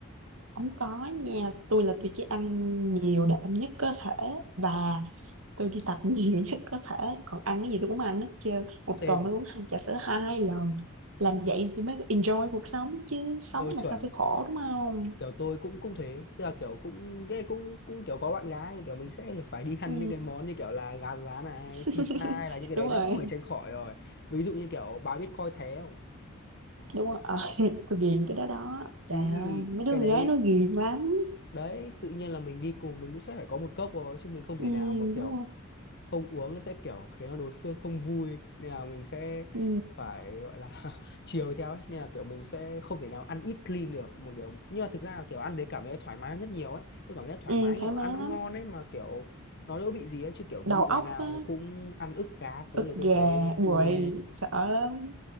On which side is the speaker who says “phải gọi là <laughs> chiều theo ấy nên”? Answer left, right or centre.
Left